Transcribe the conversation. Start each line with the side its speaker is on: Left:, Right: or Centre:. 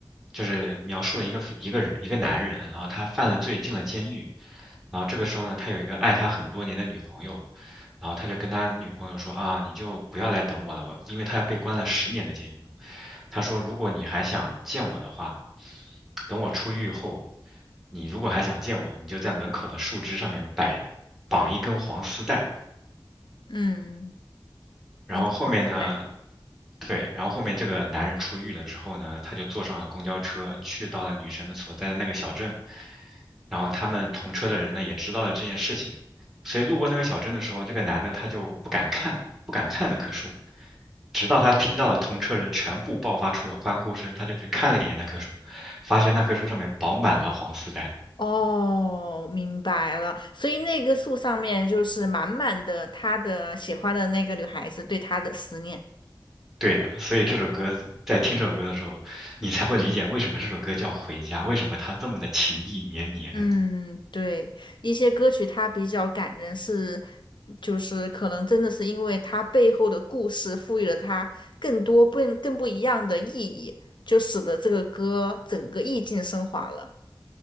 Centre: 就是描述了一个一个人一个男人，然后他犯了罪进了监狱，然后这个时候呢，他有一个爱他很多年的女朋友，然后他就跟他女朋友说啊，你就不要来等我了，我因为他被关了十年的监狱嘛，他说如果你还想见我的话，等我出狱后，你如果还想见我，你就在门口的树枝上面摆绑一根黄丝带，
Left: 嗯，
Centre: 然后后面呢，
Left: 你我期待。
Centre: 对，然后后面这个男人出狱了之后呢，他就坐上了公交车，去到了女神的所在的那个小镇。然后他们同车的人呢，也知道了这件事情，所以路过那个小镇的时候，这个男的他就不敢看，不敢看那棵树，直到他听到了同车人全部爆发出了欢呼声，他就去看了一眼那棵树，发现那棵树上面饱满了黄丝带。
Left: 哦，明白了。所以那个树上面就是满满的他的喜欢的那个女孩子对他的思念。
Centre: 对的，所以这首歌在听这首歌的时候，你才会理解为什么这首歌叫《回家》，为什么它这么的情意绵绵。
Left: 嗯，对，一些歌曲它比较感人是，就是可能真的是因为它背后的故事赋予了它更多不更不一样的意义，就使得这个歌整个意境升华了。